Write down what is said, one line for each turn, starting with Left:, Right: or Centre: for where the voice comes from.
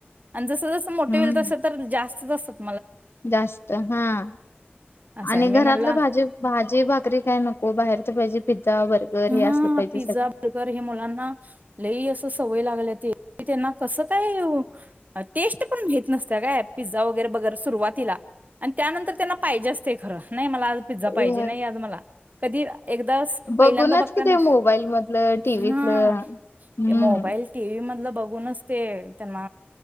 Right: आणि जस जस मोठे
Left: हम्म
Right: होईल तस तर जास्त <unintelligible>
Left: जास्त हां
Right: असं
Left: आणि
Right: आहे
Left: घरातलं
Right: मी म्हणला
Left: भाजी भाजी भाकरी काय नको बाहेरच पाहिजे. पिझ्झा बर्गर
Right: हा
Left: हे असलं पाहिजे
Right: पिझ्झा
Left: सगळं.
Right: बर्गर हे मुलांना लई अस तंव्हय लागल्या ते त्याना कसाकाय टेस्ट पण घेत नसत्या काय पिझा वगैरे बगर सुरवातीला आणि त्यानंतर त्यांना पाहिजे असते खरं नाही मला आज पिझ्झा पाहिजे
Left: होय.
Right: नाही आज मला कधी <unintelligible> एकदा
Left: बघूनच
Right: पहिल्यन्दा बगताना.
Left: कि ते मोबाईल मधलं टीव्हीतलं
Right: हं
Left: हम्म.
Right: ते मोबाईल टीव्ही मधलं बगूनच ते. त्यांना